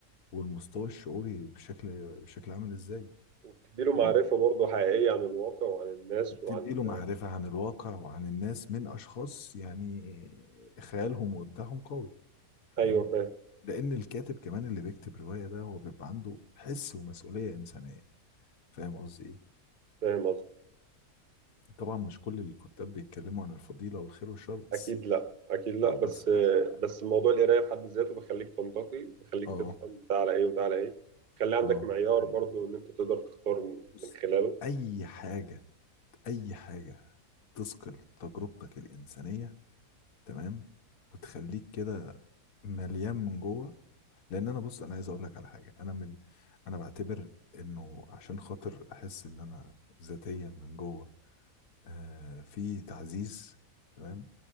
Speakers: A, on the left; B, on the right.
A: والمستوى الشعوري بشكل بشكل عامل ازاي
B: وبتديله
A: فاهم
B: معرفه برضه حقيقيه عن الواقع وعن الناس
A: وبتدي
B: وعن
A: له معرفة عن الواقع وعن الناس من اشخاص يعني خيالهم وابداعهم قوي فاهم
B: ايوه فاهم
A: لان الكاتب كمان اللي بيكتب روايه ده هو بيبقى عنده حس ومسؤوليه انسانيه فاهم قصدي ايه
B: فاهم قصدي
A: طبعا مش كل الكتاب بيتكلموا عن الفضيله والخير والشر بس
B: اكيد لا اكيد لا
A: اه
B: بس
A: بس اه
B: بس موضوع القرايه في حد ذاته بيخليك تنتقي بيخليك
A: اه
B: تفهم ده على ايه وده على ايه خلي عندك
A: آه،
B: معيار
A: ده حقيقي
B: برضو ان انت تقدر تختار من
A: بص
B: من خلاله
A: اي حاجه اي حاجه تثقل تجربتك الانسانيه تمام وتخليك كده مليان من جوه لان انا بص انا عايز اقول لك على حاجه انا من انا بعتبر انه عشان خاطر احس ان انا ذاتيا من جوه آه، في تعزيز تمام